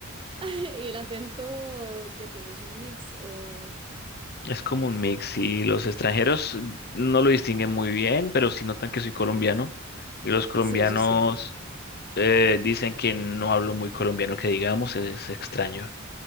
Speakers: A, on the right (about 25°); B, on the left (about 50°).
A: <laughs> ¿y el acento qué tienes? ¿Un mix? O...
B: Es como un mix y los extranjeros no lo distinguen muy bien, pero sí notan que soy colombiano
A: Mm,
B: y los colombianos
A: sí, eso sí.
B: eh, dicen que no hablo muy colombiano, que digamos es extraño.